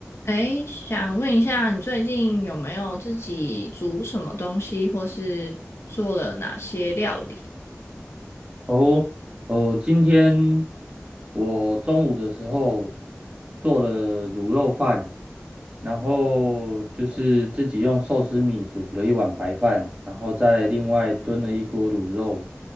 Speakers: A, on the left; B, on the right.
A: 诶，想问一下，你最近有没有自己煮什么东西，或是做了哪些料理？
B: 哦，哦，今天我中午的时候做了卤肉饭，然后就是自己用寿司米煮了一碗白饭，然后再另外炖了一锅卤肉。